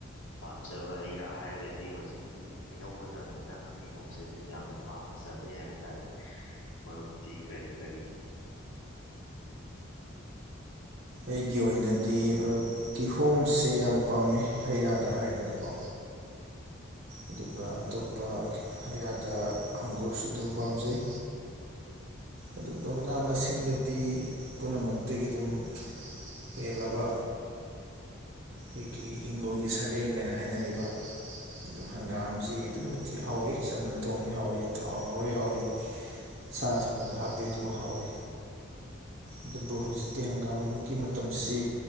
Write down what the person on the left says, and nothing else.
ꯄꯥꯝꯖꯕ ꯍꯩ ꯔꯥ ꯍꯥꯏꯔꯒꯗꯤ ꯍꯧꯖꯤꯛꯇꯤ ꯍꯩꯅꯧ ꯃꯇꯝꯅꯤꯅ ꯍꯩꯅꯧꯁꯦ ꯑꯗꯨꯝ ꯌꯥꯝꯅ ꯄꯥꯝꯅ ꯆꯥꯖꯩ ꯍꯥꯏꯕ ꯇꯥꯔꯦ ꯃꯔꯨꯞꯇꯤ ꯀꯔꯤ ꯀꯔꯤ